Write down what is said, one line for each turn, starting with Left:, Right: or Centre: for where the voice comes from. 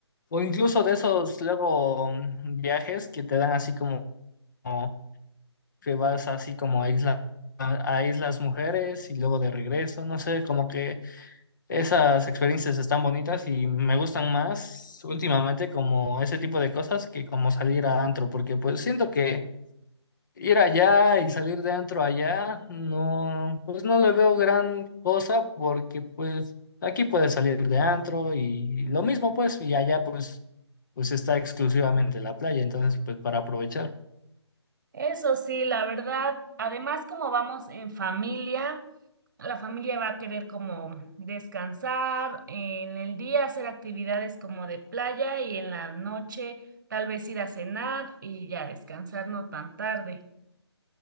Left: O incluso de esos luego mm, viajes que te dan así como como que vas así como a isla, a Islas Mujeres y luego de regreso, no sé, como que esas experiencias están bonitas y me gustan más últimamente como ese tipo de cosas que como salir a antro, porque pues siento que Ir allá y salir dentro allá, no, pues no le veo gran cosa porque pues aquí puedes salir de antro y lo mismo pues y allá pues pues está exclusivamente la playa, entonces pues para aprovechar.
Right: Eso sí, la verdad, además como vamos en familia, la familia va a querer como descansar, en el día hacer actividades como de playa y en la noche tal vez ir a cenar y ya descansar no tan tarde.